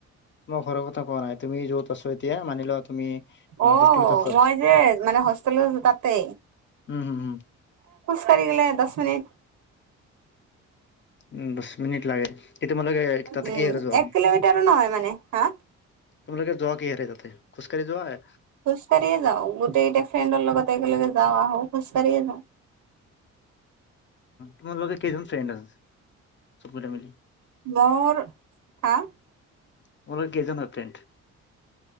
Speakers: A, on the left (about 40°); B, on the right (about 75°).
A: মই ঘৰ কথা কোৱা নাই তুমি য'ত আছে এতিয়া মানিলোৱা তুমি
B: অ
A: হেটেলত আছ উম
B: মই যে মানে হোষ্টেলত তাতে
A: হম হম
B: খোজ‌ কঢ়ি গলে দচ মিনিট
A: উম দচ মিনিট লাগে এতিয়া তোমালোকে
B: উম
A: তাত কি হেৰে যোৱা
B: এক কিলোমিটাৰো নহয় মানে হা
A: তোমালোক যোৱা কি হে ততে খোজকাঢ়ি যোৱা নাই
B: খোজকাঢ়িয়ে যাওঁ গোটেই এতিয়া ফ্ৰেণ্ডৰ লগত একেলগে যাওঁ আহো খোজকাঢ়িয়ে যাওঁ
A: তোমাৰ লগত কেইজন ফ্ৰেণ্ড আছে
B: বল হা
A: তোমালোক কেইজনৰ আছে